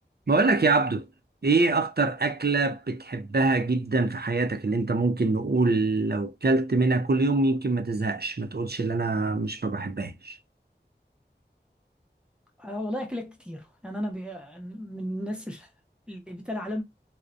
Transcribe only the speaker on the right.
بقول لك يا عبدو ايه اكتر اكلة بتحبها جدا في حياتك اللي انت ممكن نقول لو كلت منها كل يوم يمكن ما تزهقش ما تقولش اللي انا مش ما بحبهاش